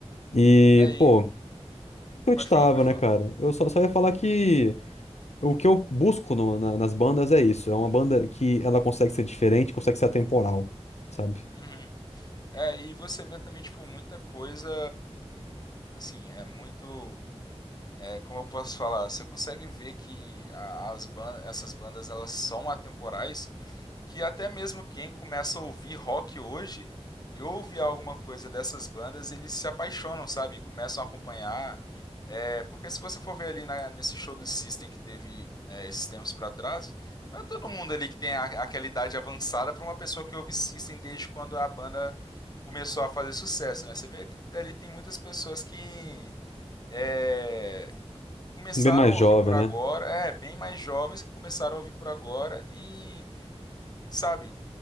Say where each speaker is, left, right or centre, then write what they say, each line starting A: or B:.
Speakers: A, on the left; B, on the left.
A: E,
B: Aí,
A: pô, acreditava,
B: pode falar, pode
A: né,
B: falar.
A: cara? Eu só, só ia falar que. O que eu busco no- na- nas bandas é isso. É uma banda que ela consegue ser diferente, consegue ser atemporal, sabe?
B: Uhum. É, e você vê também, tipo, muita coisa. Assim, é muito. É, como eu posso falar? Você consegue ver que a- as bandas, essas bandas, elas são atemporais. que até mesmo quem começa a ouvir rock hoje e ouve alguma coisa dessas bandas, eles se apaixonam, sabe? Começam a acompanhar. É, porque se você for ver ali na- nesse show do System que teve é, esses tempos pra trás, não é todo mundo ali que tem a- aquela idade avançada pra uma pessoa que ouve System desde quando a banda começou a fazer sucesso, né? Você vê que ali tem muitas pessoas que é, começaram
A: Bem mais
B: a
A: jovem,
B: ouvir por
A: né?
B: agora, é, bem mais jovens que começaram a ouvir por agora e, sabe,